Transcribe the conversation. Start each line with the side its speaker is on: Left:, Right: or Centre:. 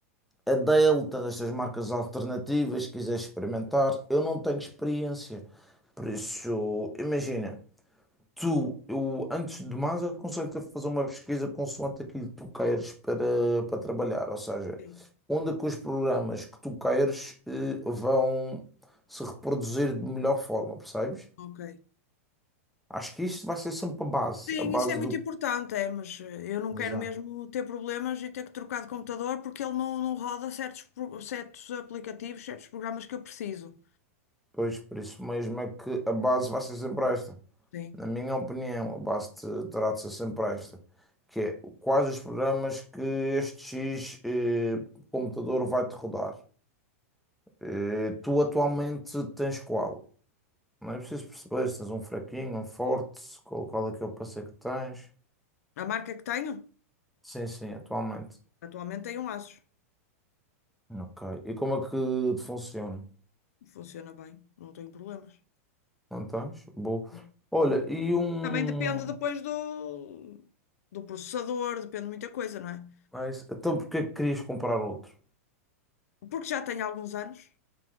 Centre: a Dell, tens estas marcas alternativas, se quiseres experimentar. Eu não tenho experiência, por isso imagina. Tu, eu, antes de mais, aconselho-te a fazer uma pesquisa consoante aquilo que tu queres para, para trabalhar, ou seja,
Left: Sim.
Centre: onde é que os programas que tu queres eh, vão se reproduzir de melhor forma, percebes?
Left: Ok.
Centre: Acho que isto vai ser sempre a base,
Left: Sim,
Centre: a base
Left: isso é muito
Centre: do.
Left: importante, é, mas eh, eu não
Centre: Exato.
Left: quero mesmo ter problemas e ter que trocar de computador porque ele não, não roda certos, pro- certos aplicativos, certos programas que eu preciso.
Centre: Pois, por isso mesmo é que a base vai ser sempre esta.
Left: Sim.
Centre: Na minha opinião, a base te- terá de ser sempre esta, que é quais os programas que este X eh, computador vai-te rodar. Eh, tu atualmente tens qual? Não é preciso perceber se tens um fraquinho, um forte, qual, qual é que é o parceiro que tens.
Left: A marca que tenho,
Centre: Sim, sim, atualmente.
Left: atualmente tem um Asus.
Centre: Ok. E como é que te funciona?
Left: Funciona bem, não tenho problemas.
Centre: Não tens? Boa.
Left: Não.
Centre: Olha, e um.
Left: Também depende depois do, do processador, depende de muita coisa, não é?
Centre: é isso. Então porque é que querias comprar outro?
Left: Porque já tenho alguns anos.